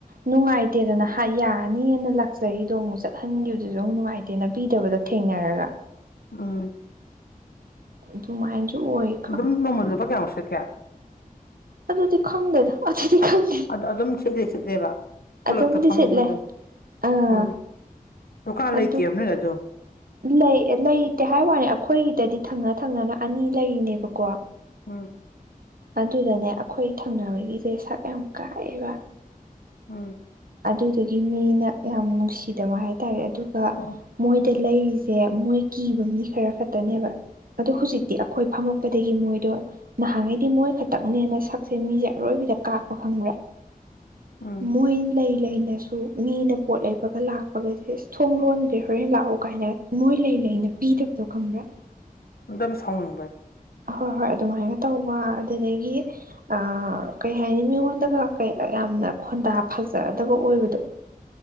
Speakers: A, on the right (about 70°); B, on the left (about 85°).
A: ꯅꯨꯡꯉꯥꯏꯇꯦꯗꯅꯍ ꯌꯥꯅꯤꯅ ꯂꯥꯛꯆꯔꯤꯗꯣ ꯑꯃꯨꯛ ꯆꯠꯍꯟꯈꯤꯕꯗꯨꯁꯨ ꯑꯃꯨꯛ ꯅꯨꯡꯉꯥꯏꯇꯦ ꯑꯠꯇꯦꯅ ꯄꯤꯗꯕꯗꯣ ꯊꯦꯡꯅꯔꯒ
B: ꯎꯝ
A: ꯊꯃꯥꯏꯁꯨ ꯑꯣꯏꯣꯏ
B: ꯑꯗꯨꯝ ꯅꯣꯡꯃꯟꯖꯕ ꯀꯌꯥꯃꯨꯛꯦ ꯀꯌꯥ
A: ꯑꯗꯨꯗꯤꯤ ꯈꯪꯗꯦ ꯑꯇꯊꯤ ꯈꯪꯗ
B: ꯑ ꯑꯗꯨꯝ ꯁꯤꯠꯂꯤꯦ ꯁꯤꯠꯂꯦꯕ
A: ꯑꯗꯨꯝꯗꯤ
B: ꯈꯨꯂꯛꯇ ꯐꯝꯕꯗ
A: ꯁꯤꯠꯂꯦ ꯑꯥ
B: ꯎꯝ ꯗꯨꯀꯥꯟ
A: ꯑꯗꯨ
B: ꯂꯩꯇꯦꯕ ꯅꯣꯏ ꯑ ꯑꯗꯨꯣ
A: ꯂꯩ ꯂꯩꯇꯦ ꯍꯥꯏ ꯋꯥꯅꯦꯦ ꯑꯩꯈꯣꯏꯒꯤꯗꯗꯤ ꯊꯪꯅ ꯊꯪꯅꯅ ꯑꯅꯤ ꯂꯩꯔꯤꯅꯦꯕꯀꯣ
B: ꯎꯝ
A: ꯑꯗꯨꯗꯅꯦ ꯑꯩꯈꯣꯏ ꯊꯪꯅꯕꯒꯤꯁꯦ ꯁꯛ ꯌꯥꯝ ꯀꯥꯏꯑꯦꯕ
B: ꯎꯝ
A: ꯑꯗꯨꯗꯨꯒꯤ ꯃꯤꯅ ꯌꯥꯝ ꯅꯨꯡꯁꯤꯗꯕ ꯍꯥꯏꯇꯥꯔꯦ ꯑꯗꯨꯒ
B: ꯑꯣ
A: ꯃꯣꯏꯗ ꯂꯩꯔꯤꯁꯦ ꯃꯣꯏ ꯀꯤꯕ ꯃꯤ ꯈꯔ ꯈꯛꯇꯅꯦꯕ ꯑꯗꯣ ꯍꯧꯖꯤꯛꯇꯤ ꯑꯩꯈꯣꯏ ꯐꯝꯃꯛꯄꯗꯒꯤ ꯃꯣꯏꯗꯣ ꯅꯍꯥꯟꯈꯩꯗꯤ ꯃꯣꯏ ꯈꯛꯇꯛꯅꯦꯅ ꯁꯛꯁꯦ ꯃꯤꯁꯦ ꯑꯔꯣꯏꯕꯤꯗ ꯀꯥꯛꯄ ꯈꯪꯕ꯭ꯔꯥ
B: ꯎꯝ
A: ꯃꯣꯏ ꯂꯩ ꯂꯩꯅꯁꯨ ꯃꯤꯅ ꯄꯣꯠ ꯂꯩꯕꯒ ꯂꯥꯛꯄꯒꯁꯦ ꯑ ꯊꯣꯡ ꯂꯣꯟꯒꯦ ꯍꯣꯔꯣꯏꯦꯟ ꯂꯥꯛꯑꯣ ꯀꯥꯏꯅ ꯃꯣꯏ ꯂꯩ ꯂꯩꯅ ꯄꯤꯗꯕꯗꯣ ꯈꯪꯕ꯭ꯔꯥ
B: ꯑꯝꯇꯝ ꯁꯥꯎꯅꯤꯡꯕ
A: ꯍꯣꯏ ꯍꯣꯏ ꯑꯗꯨꯃꯥꯏꯅ ꯇꯧꯕ ꯑꯗꯨꯗꯒꯤ ꯑ ꯀꯩ ꯍꯥꯏꯅꯤ ꯃꯤꯉꯣꯟꯗꯒ ꯌꯥꯝꯅ ꯈꯣꯟꯗꯥ ꯐꯖꯒꯗꯕ ꯑꯣꯏꯕꯗꯣ <unintelligible>